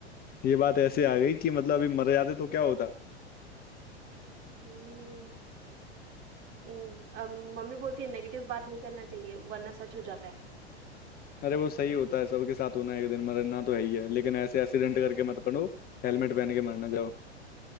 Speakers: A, on the left; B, on the right.
A: ये बात ऐसे आ गई कि मतलब अभी मर जाते तो क्या होता
B: हम्म, हम्म, अब मम्मी बोलती है नेगेटिव बात नहीं करना चाहिए वरना सच हो जाता है
A: अरे वो सही होता है सबके साथ होना है, एक दिन मरना तो है ही है लेकिन ऐसे एक्सीडेंट करके मत पड़ो हेलमेट पहन के मरना जाओ